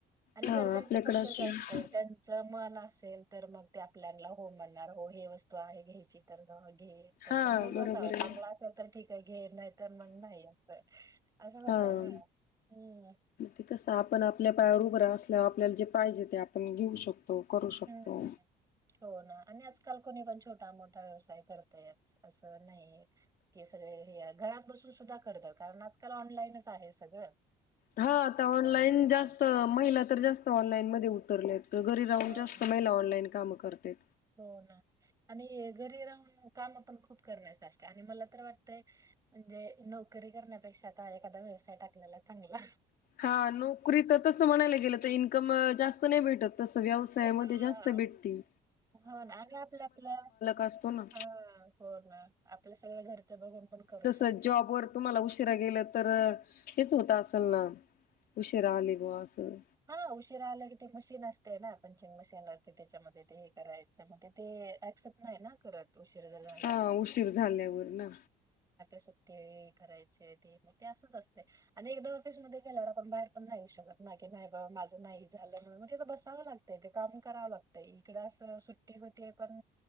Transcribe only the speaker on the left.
हा
आपल्याकडे
असेल
हा
बरोबर
आहे
हा.
ते कस आपण आपल्या पायावर उभरा असल्यावर आपल्याला जे पाहिजे ते आपण घेऊ शकतो. करू शकतो.
हा आता ऑनलाईन
जास्त,
महिला तर जास्त ऑनलाईन मध्ये उतरलेत. तर घरी राहून
जास्त महिला ऑनलाईन कामं करतेत.
हा नोकरीत, तस म्हणायला गेलं तर इन्कम जास्त नाही भेटत. तस व्यवसायामध्ये
जास्त भेटते.
असतो ना
तस
जॉबवर तुम्हाला उशिरा गेलं तर हेच होत असल ना उशिरा आले बुवाअसं?
हा
उशीर झाल्यावर ना